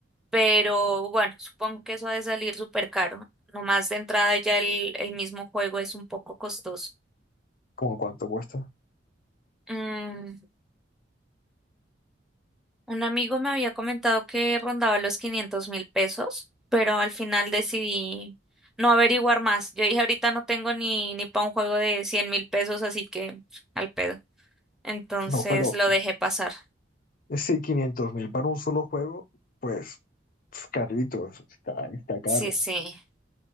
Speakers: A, in the centre; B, on the left (about 45°).
A: pero bueno, supongo que eso ha de salir súper caro. Nomás de entrada ya el, el mismo juego es un poco costoso.
B: ¿Cómo cuánto cuesta?
A: Mm, Un amigo me había comentado que rondaba los quinientos mil pesos, pero al final decidí no averiguar más. Yo dije, ahorita no tengo ni, ni para un juego de cien mil pesos, así que al pedo. Entonces
B: No, pero
A: lo dejé pasar.
B: si quinientos mil para un solo juego, pues es carito, es- está, está caro.
A: Sí, sí.